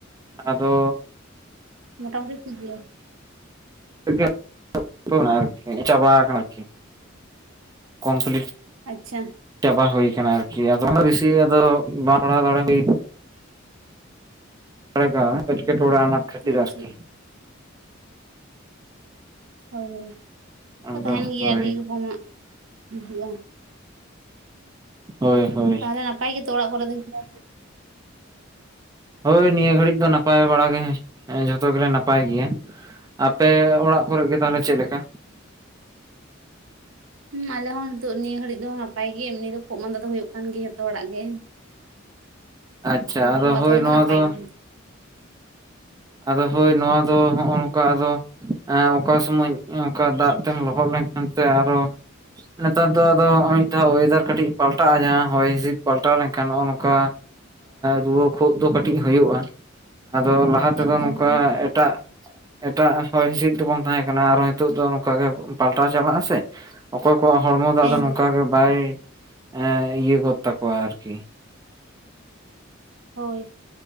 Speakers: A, on the right; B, on the right.
A: ᱟᱫᱚ
B: ᱢᱳᱴᱟᱢᱩᱴᱤ ᱴᱷᱤᱠ ᱜᱤᱭᱟ᱾
A: <unintelligible> ᱪᱟᱵᱟ ᱠᱟᱱᱟ ᱟᱨᱠᱤ ᱠᱚᱢᱯᱤᱞᱤᱴ᱾
B: ᱟᱪᱪᱷᱟ᱾
A: ᱪᱟᱵᱟ ᱦᱳᱭ ᱠᱟᱱᱟ ᱟᱨᱠᱤ ᱟᱫᱚ ᱵᱮᱥᱤ ᱟᱫᱚ ᱵᱟᱝ ᱯᱟᱲᱦᱟᱣ ᱫᱟᱲᱮ ᱦᱩᱭ ᱠ ᱚᱠᱟ ᱞᱮᱠᱟ ᱮᱸᱴᱠᱮᱴᱚᱸᱬᱮ ᱟᱱᱟᱴ ᱠᱷᱟᱛᱤᱨ
B: ᱟᱪᱪᱷᱟ
A: ᱟᱨᱠᱤ᱾
B: ᱦᱳᱭ
A: ᱟᱫᱚ
B: ᱦᱳᱭ ᱛᱟᱦᱮᱱ ᱜᱮᱭᱟ
A: ᱦᱳᱭ
B: ᱟᱰᱤ ᱨᱚᱠᱚᱢᱟᱜ ᱦᱤᱡᱩᱜ-ᱟ᱾
A: ᱦᱳᱭ᱾ ᱦᱳᱭ
B: ᱛᱟᱦᱞᱮ ᱱᱟᱯᱟᱭ ᱜᱮᱛᱚ ᱚᱲᱟᱜ ᱠᱚᱨᱮ ᱫᱚ ᱡᱷᱚᱛᱚ?
A: ᱦᱳᱭ ᱱᱤᱭᱟᱹ ᱜᱷᱟᱹᱲᱤᱡ ᱫᱚ ᱱᱟᱯᱟᱭ ᱵᱟᱲᱟᱜᱮ ᱡᱷᱚᱛᱚ ᱜᱮᱞᱮ ᱱᱟᱯᱟᱭ ᱜᱮᱭᱟ᱾ ᱟᱯᱮ ᱚᱲᱟᱜ ᱠᱚᱨᱮᱜ ᱜᱮ ᱛᱟᱦᱞᱮ ᱪᱮᱜ ᱞᱮᱠᱟ?
B: ᱦᱩᱸ ᱟᱞᱮ ᱦᱚᱸ ᱱᱤᱛ ᱱᱤᱭᱟᱹ ᱜᱷᱟᱹᱲᱤᱡ ᱫᱚ ᱱᱟᱯᱟᱭ ᱜᱮ ᱮᱢᱱᱤ ᱫᱚ ᱠᱷᱳᱜ ᱢᱟᱸᱫᱟ ᱫᱚ ᱦᱳᱭᱳᱜ ᱠᱟᱱ ᱜᱮ ᱡᱷᱚᱛᱚ ᱦᱚᱲᱟᱜ ᱜᱮ᱾
A: ᱟᱪᱪᱷᱟ
B: ᱚᱱᱟ
A: ᱟᱫᱚ
B: ᱠᱚ ᱵᱟᱫ
A: ᱦᱳᱭ
B: ᱠᱟᱛᱮ
A: ᱱᱚᱣᱟ
B: ᱱᱟᱯᱟᱭ
A: ᱫᱚ᱾
B: ᱜᱮ
A: ᱟᱫᱚ ᱦᱳᱭ ᱱᱚᱣᱟ ᱫᱚ ᱦᱚᱸᱜ-ᱚ ᱱᱚᱝᱠᱟ ᱟᱫᱚ᱾ ᱮᱸ ᱚᱠᱟ ᱥᱚᱢᱚᱧ ᱚᱱᱠᱟ ᱫᱟᱜ ᱛᱮᱢ ᱞᱚᱦᱚᱜ ᱞᱮᱱᱠᱷᱟᱱ ᱥᱮ ᱟᱨᱚ ᱱᱮᱛᱟᱨ ᱫᱚ ᱟᱫᱚ ᱦᱚᱸᱜ ᱚᱭ ᱢᱤᱫ ᱫᱷᱟ ᱚᱭᱮᱫᱟᱨ ᱠᱟᱴᱤ ᱯᱟᱞᱴᱟᱜ-ᱟ ᱡᱟᱸᱦᱟ ᱦᱚᱭ ᱦᱤᱸᱥᱤᱫ ᱯᱟᱞᱴᱟᱣ ᱞᱮᱱᱠᱷᱟᱱ ᱱᱚᱜ-ᱚ ᱱᱚᱝᱠᱟ᱾ ᱨᱩᱣᱟᱹ ᱠᱷᱳᱜ ᱫᱚ ᱠᱟᱴᱤᱡ ᱦᱳᱭᱳᱜ-ᱟ ᱟᱫᱚ ᱞᱟᱦᱟ ᱛᱮᱫᱚ
B: ᱮᱠᱫᱚᱢ
A: ᱱᱚᱝᱠᱟ
B: ᱦᱮᱸ
A: ᱮᱴᱟ ᱮᱴᱟᱜ ᱦᱚᱭ ᱦᱤᱸᱥᱤᱫ ᱨᱮᱵᱚᱱ ᱛᱟᱦᱮᱸᱠᱟᱱᱟ ᱾ ᱟᱨᱚ ᱦᱤᱛᱳᱜ ᱫᱚ ᱱᱚᱝᱠᱟ ᱜᱮ ᱯᱟᱞᱴᱟᱣ ᱪᱟᱞᱟᱜᱼᱟ ᱥᱮ? ᱚᱠᱚᱭ ᱠᱚᱣᱟᱜ ᱦᱚᱲᱢᱚ ᱫᱚ
B: ᱦᱮᱸ
A: ᱟᱫᱚ ᱱᱚᱝᱠᱟ ᱜᱮ ᱵᱟᱭ ᱮᱸ ᱤᱭᱟᱹ ᱜᱚᱫ ᱛᱟᱠᱚᱣᱟ ᱟᱨᱠᱤ ᱾
B: ᱦᱳᱭ ᱾